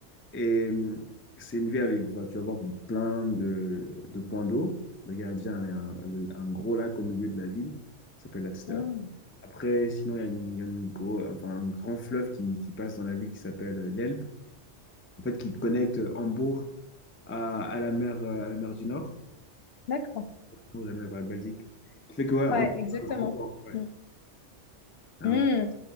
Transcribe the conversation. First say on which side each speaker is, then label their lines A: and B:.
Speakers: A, on the left (about 15°); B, on the left (about 65°).
A: Et euh, c'est une ville avec, voilà, tu vas voir plein de, de points d'eau. Donc, Il y a déjà un, un- un gros lac au milieu de la ville, ça s'appelle l'Alster.
B: Mm.
A: Après, sinon, il y a, une, il y a une gros- enfin, un grand fleuve qui, qui passe dans la ville qui s'appelle l'Elbe, en fait, qui connecte Hambourg à, à la mer, euh, à la mer du Nord.
B: D'accord.
A: Ou la mer, ouais, Belgique. Qui fait que, ouais, on
B: Ouais, exactement.
A: on remporte, ouais.
B: Mm.
A: Alors,
B: Mm.